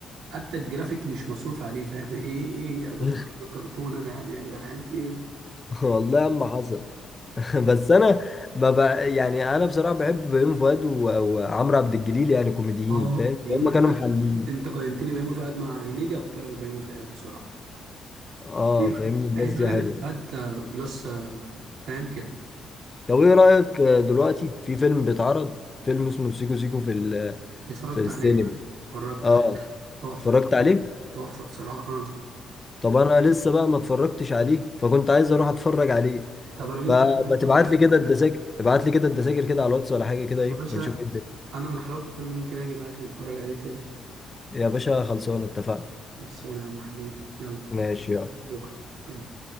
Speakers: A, on the right; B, on the left.
A: حتى الجرافيك مش مصروف عليه فاهم <laughs> ايه ايه أنا بتفرج
B: <laughs>
A: على كرتون انا يعني يا جدعان في ايه
B: والله ما حصل <laughs> بس انا ما بقى يعني انا بصراحه بحب بيومي فؤاد و- وعمرو عبد الجليل يعني كوميديين
A: اه
B: فاهم
A: بيومي
B: هم
A: فؤاد
B: كانوا محللين
A: انت قيمتني بيومي فؤاد مع هنيدي اختار بيومي فؤاد بصراحه
B: اه
A: ليه
B: فاهمني
A: بقى؟
B: الناس
A: بحب
B: دي
A: انا
B: حلوه
A: الافيهات آه، بلس آه، فاهم كده
B: طب ايه رايك آه، دلوقتي في فيلم بيتعرض فيلم اسمه سيكو سيكو في ال-
A: اتفرجت
B: في السينما
A: عليه اتفرجت
B: اه
A: عليه تحفه
B: اتفرجت عليه
A: تحفه بصراحه اه
B: طب انا لسه بقى ما اتفرجتش عليه فكنت عايز اروح اتفرج عليه
A: طب انا ممكن
B: فما
A: أجي اتفرج
B: تبعت
A: عليه
B: لي كده
A: تاني.
B: الدساكر ابعت لي كده الدساكر كده على الواتس ولا حاجه كده ايه
A: يا باشا
B: ونشوف ايه الدنيا
A: انا من حلاوه الفيلم ممكن اجي معاك نتفرج عليه تاني
B: يا باشا خلصانه اتفقنا
A: خلصانه يا عم حبيبي يلا
B: ماشي يلا
A: بكره يلا